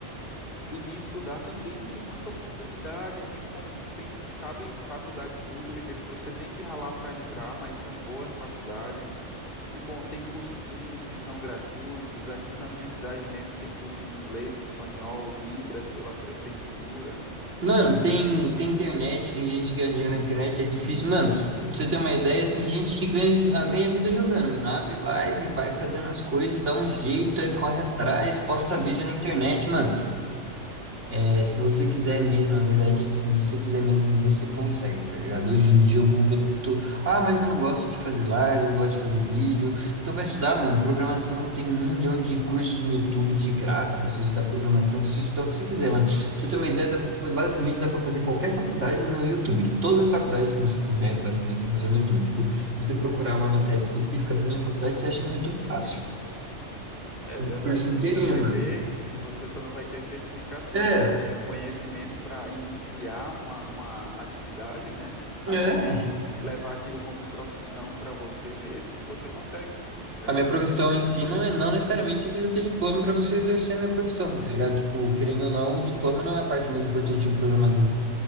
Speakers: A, on the left; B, on the right.
A: E de estudar também tem muita oportunidade, tem con- tem, sabe, faculdade pública que você tem que ralar para entrar, mas são boas faculdades. E bom, tem cursinhos que são gratuitos. Aqui na minha cidade mesmo tem curso de inglês, espanhol, Libras pela prefeitura.
B: Mano, tem, tem internet, tem gente que ganha dinheiro na internet, é difícil. Mano, pra você ter uma ideia, tem gente que ganha, ah, ganha vida jogando, mano. Abre live, vai fazendo as coisas, dá um jeito, aí corre atrás, posta vídeo na internet, mano. É, se você quiser mesmo, a verdade é que se você quiser mesmo, você consegue, tá ligado? Hoje em dia o mundo é muito. Ah, mas eu não gosto de fazer live, eu não gosto de fazer vídeo. Então vai estudar, mano. Programação tem um milhão de cursos no YouTube de graça pra você estudar programação, pra você estudar o que você quiser, mano. Pra você ter uma ideia, dá pra- basicamente dá pra fazer qualquer faculdade no YouTube. Todas as faculdades que você quiser, basicamente, dá pra fazer no YouTube. Tipo, se você procurar uma matéria específica da minha faculdade, você acha no YouTube fácil.
A: É
B: O
A: verdade.
B: curso
A: Você
B: inteirinho,
A: não vai
B: mano.
A: ter, você só não vai ter certificação,
B: É,
A: mas assim, o conhecimento para iniciar uma, uma atividade, né? Até
B: é.
A: mesmo levar aquilo como profissão para você mesmo, você consegue. Verdade.
B: A minha profissão em si não é, não necessariamente você precisa ter diploma para você exercer a minha profissão, tá ligado? Tipo, querendo ou não, o diploma não é a parte mais importante de um programador.